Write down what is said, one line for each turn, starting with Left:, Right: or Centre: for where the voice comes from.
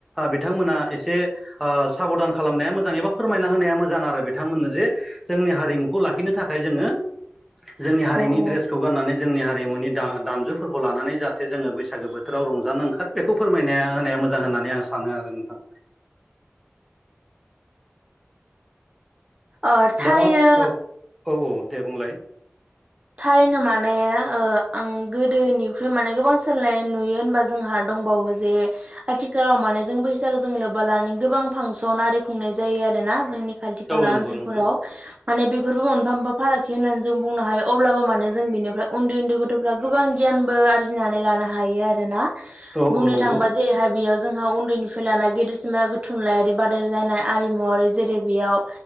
Centre: बिथांमोना एसे साबधान खालामनाया मोजां एबा फोरमायना होनाया मोजां आरो बिथांमोननो जे जोंनि हारिमुखौ लाखिनो थाखाय जोङो जोंनि हारिनि
Right: औ
Centre: ड्रेसखौ गाननानै जोंनि हारिमुनि दामजुफोरखौ लानानै जाहाथे जोङो बैसाग बैसागो बोथोराव रंजानो ओंखारो बेखौ फोरमायनाया होनाया मोजां होननानै आं सानो आरो नोंथां
Right: औ थारैनो
Centre: दा औ औ औ दे बुंलाय
Right: थारैनो माने आं गोदोनिख्रुइ माने गोबां सोलाय नुयो होनबा जोंहा दंबावो वो जे आथिखालाव माने जों बैसागु जों लोब्बा लानानै गोबां फांसन आरि खुंनाय जायो आरोोना जोंनि खाथि खाला
Centre: औ नंगौ
Right: ओनसोलफोराव
Centre: नंगौ
Right: माने बेफोरबो मोनफा मोनफा फारागथि होननानै जों बुंनो हायो अब्लाबो मानो जों बिनिफ्राय उन्दै उन्दै गथ'फ्रा गोबां गियानबो आरजिनानै लानो हायो आरोना
Centre: औ
Right: बुंनो
Centre: औ नंगौ
Right: थांबा जेरैहाय बेयाव जोंहा उन्दैनिफ्राय लानाय गेदेरसिमहालागै थुनलायारि बादायलायनाय आरिमुवारि जेरै बेयाव